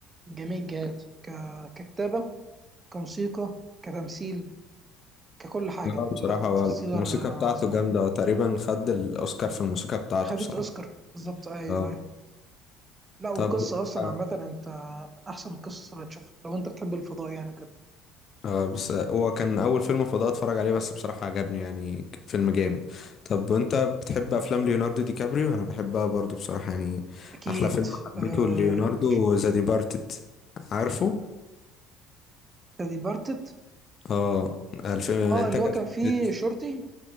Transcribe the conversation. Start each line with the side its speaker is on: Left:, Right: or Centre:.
Right: من جميع الجهات ك- ككتابه كموسيقى كتمثيل ككل حاجه
Left: اه بصراحة
Right: لا انترستيلر
Left: هو الموسيقى
Right: عظمه
Left: بتاعته جامدة هو تقريبا خد الأوسكار في الموسيقى بتاعته
Right: خدت
Left: بصراحة
Right: اوسكار بالظبط ايوه
Left: اه
Right: ايوه لا والقصه
Left: طب
Right: اصلا
Left: اه
Right: عامه انت من احسن القصص اللي هتشوفها لو انت بتحب الفضاء يعني كده
Left: آه، بس هو كان أول فيلم فضاء أتفرج عليه بس بصراحة عجبني يعني فيلم جامد طب أنت بتحب أفلام ليوناردو دي كابريو؟ أنا بحبها برضه بصراحة يعني
Right: اكيد
Left: أحلى فيلم حبيته
Right: آه
Left: ليوناردو ذا ديبارتد عارفه؟
Right: دي بارتت
Left: اه الفيلم انتاج
Right: اه اللي هو
Left: 2006
Right: كان فيه شرطي